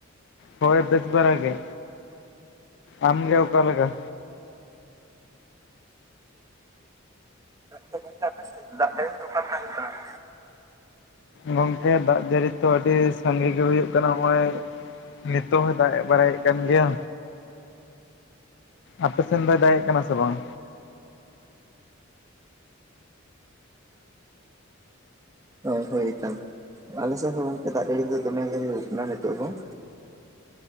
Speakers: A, on the left (about 60°); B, on the right (about 15°).
A: ᱦᱳᱭ ᱵᱮᱥ ᱵᱟᱲᱟ ᱜᱮ ᱟᱢ ᱜᱮ ᱚᱠᱟ ᱞᱮᱠᱟ?
B: <unintelligible> ᱟᱯᱮ ᱫᱟᱜ ᱡᱟᱹᱲᱤ ᱠᱚᱫᱚ ᱪᱮᱛ ᱞᱮᱠᱟ ᱦᱩᱭᱩᱜ ᱠᱟᱱᱟ?
A: ᱜᱚᱝᱠᱮ ᱫᱟᱜ ᱡᱟᱹᱲᱤ ᱛᱚ ᱟᱹᱰᱤ ᱥᱟᱸᱜᱮ ᱜᱮ ᱦᱩᱭᱩᱜ ᱠᱟᱱᱟ ᱱᱚᱜ ᱚᱭᱼᱼ ᱱᱤᱛᱚᱜ ᱦᱚᱸ ᱫᱟᱜ ᱵᱟᱲᱟᱭᱮᱫ ᱠᱟᱱ ᱜᱮᱭᱟ᱾ ᱟᱯᱮ ᱥᱮᱱ ᱫᱚᱭ ᱫᱟᱲᱭᱟᱜ ᱠᱟᱱᱟ ᱥᱮ ᱵᱟᱝ?
B: ᱚ ᱦᱳᱭ ᱠᱷᱟᱱ ᱟᱞᱮ ᱥᱮᱫ ᱦᱚᱸ ᱜᱚᱝᱠᱮ ᱫᱟᱜ ᱡᱟᱹᱲᱤ ᱫᱚ ᱫᱚᱢᱮ ᱜᱮ ᱦᱩᱭᱩᱜ ᱠᱟᱱᱟ ᱱᱤᱛᱚᱜ ᱦᱚᱸ